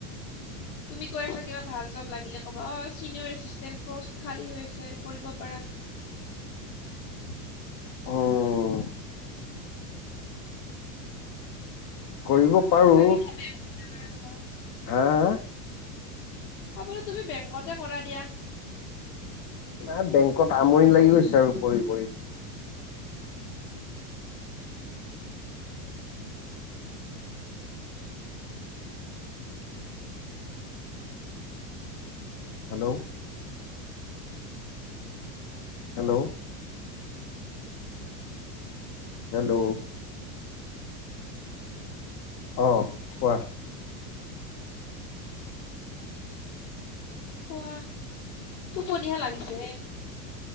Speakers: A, on the left; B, on the left.
A: তুমি কৈ আছা কিবা ভাল জব লাগিলে কবা অ চিনিয়ৰ এচিষ্টেন পোষ্ট খালী হৈ আছে কৰিব পাৰা <inaudible>
B: উম কৰিব পাৰো
A: নালাগে দেই <unintelligible>
B: হা- হা?
A: অ' বোলো তুমি বেংকতে কৰা দিয়া।
B: না, বেংকত আমনি লাগি গৈছে আৰু কৰি - কৰি। হেল্ল'? হেল্ল'? হেল্ল'? অ', কোৱা।
A: কোৱা। টোপনিহে লাগিছে।